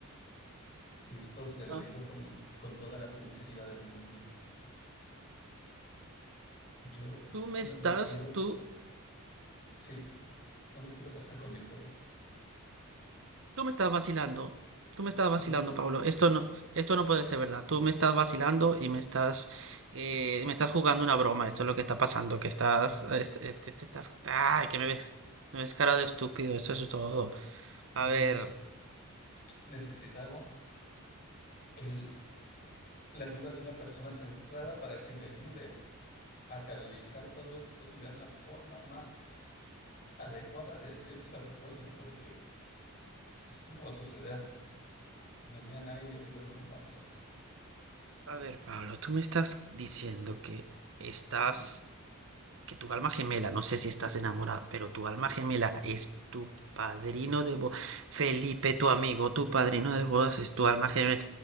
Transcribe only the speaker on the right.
ah,
tú me
estás,
tú
Tú me estás vacilando. Tú me estás vacilando,
Pablo. Esto no, esto no puede ser verdad. Tú me estás vacilando y me estás, eh, me estás jugando una broma. Esto es lo que está pasando, que estás, eh, est- eh, te, te estás, ay, que me ves, me ves cara de estúpido. Eso es todo. A
ver,
a ver, Pablo, tú me estás diciendo que estás, que tu alma gemela, no sé si estás enamorada, pero tu alma gemela es tu padrino de bodas. Felipe, tu amigo, tu padrino de bodas es tu alma gemela.